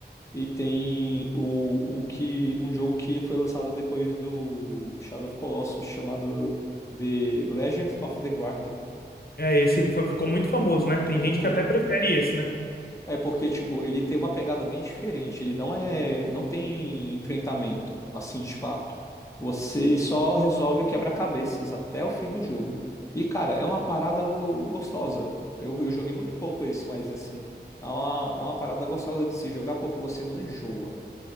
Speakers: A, on the left; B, on the left.
A: E tem o, um, que, um jogo que foi lançado depois do Shadow of Colossus, chamado The Legends of the Guardian.
B: É, esse foi- ficou muito famoso, né? Tem
A: ficou
B: gente que até prefere esse, né?
A: É porque, tipo, ele tem uma pegada bem diferente. Ele não é, não tem enfrentamento, assim, de fato. Você só resolve quebra-cabeças até o fim do jogo. E, cara, é uma parada gostosa. Eu, eu joguei muito pouco esse, mas, assim, é uma, é uma parada gostosa de se jogar porque você não enjoa.